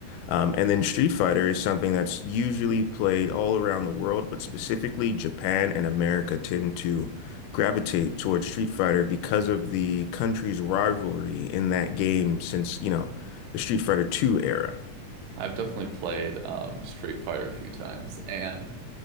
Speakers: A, on the left; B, on the right.
A: Um, and then Street Fighter is something that's usually played all around the world, but specifically Japan and America tend to gravitate towards Street Fighter because of the country's rivalry in that game since, you know, the Street Fighter Two era.
B: I've definitely played um, Street Fighter a few times, and